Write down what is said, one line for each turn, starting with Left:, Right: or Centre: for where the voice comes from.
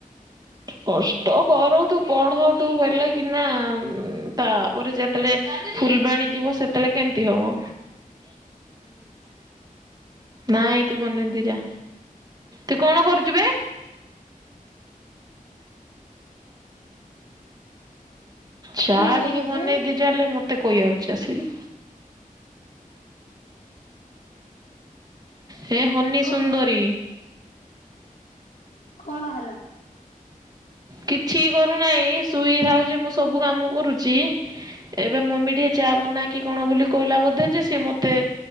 Right: କଷ୍ଟ କରନ୍ତୁ ପଢନ୍ତୁ ବଲେ କି ନା ତାପରେ ଯେ ସେତେଳେ ଫୁଲବାଣୀ ଯିବ ସେତେବେଳେ କେମତି ହବ। ନାଇଁ ତୁ ବନେଇ ଦେଇ ଯା ତୁ କଣ କରୁଛୁ ବେ। ଚା
Left: କି ହେଲା
Right: ଟିକେ
Left: ଦିଦି
Right: ବନେଇ ଦେ ଯା ହେଲେ ମତେ କହି ଆଉଛି ଆସିକି। ହେଁ ହନି
Left: କଣ
Right: ସୁନ୍ଦରୀ।
Left: କଣ ହେଲା?
Right: କିଛି କରୁନାହିଁ ଶୋଇଥାଉଛି ମୁଁ ସବୁ କାମ କରୁଛି। ଏବେ ମମି ଟିକେ ଚା ବନା କି କଣ ବୋଲି କହିଲା ବୋଧେ ଯେ ସିଏ ମତେ